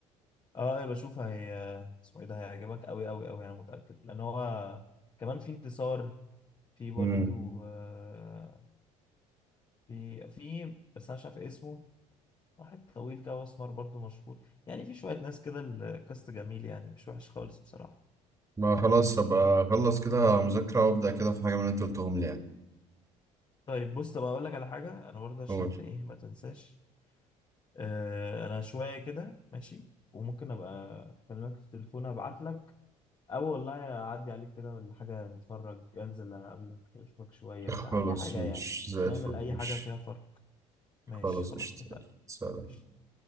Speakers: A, on the left (about 30°); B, on the right (about 20°).
A: اه ايه بشوف هي اسمه ايه ده هيعجبك قوي قوي قوي انا متاكد لان هو كمان في انتصار في برضو
B: مم.
A: آه، في في بس انا مش عارف اسمه واحد طويل كده واسمر برضو مشهور يعني في شويه ناس كده الكاست جميل يعني مش وحش خالص بصراحه
B: ما خلاص ابقى اخلص كده مذاكرة وابدأ كده في حاجة من اللي انت قلتهم لي يعني
A: طيب بص طب اقول لك على حاجه انا برضه عشان
B: قول
A: ايه ما تنساش آه، انا شويه كده ماشي وممكن ابقى اكلمك في التليفون ابعت لك أو والله أعدي عليك كده ولا حاجة نتفرج أنزل أقابلك أشوفك شوية
B: خلاص
A: بتاع أي حاجة
B: مش
A: يعني
B: زي
A: نعمل
B: الفل
A: أي
B: مش
A: حاجة فيها فرق ماشي
B: خلاص
A: خلاص
B: اشتغل
A: اتفقنا
B: سلام
A: ماشي